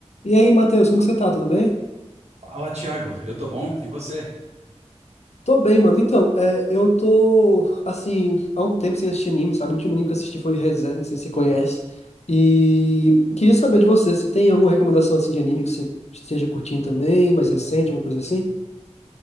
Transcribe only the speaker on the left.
E aí, Matheus, como que você tá? Tudo bem?
Tô bem, mano. Então, é, eu tô, assim, há um tempo sem assistir anime, sabe? O último anime que eu assisti foi Re:Zero, não sei se você conhece. E queria saber de você, se tem alguma recomendação, assim, de anime que você esteja curtindo também, mais recente, alguma coisa assim?